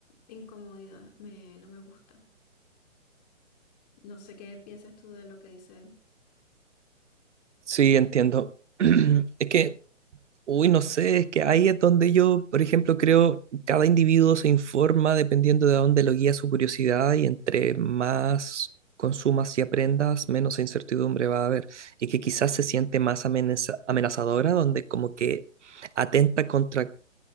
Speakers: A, on the left; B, on the right.
A: incomodidad, me, no me gusta. No sé qué piensas tú de lo que dice él.
B: Sí, entiendo. <clears throat> Es que, uy, no sé, es que ahí es donde yo, por ejemplo, creo cada individuo se informa dependiendo de dónde lo guía su curiosidad y entre más consumas y aprendas, menos incertidumbre va a haber. Y que quizás se siente más amenaza- amenazadora, donde como que atenta contra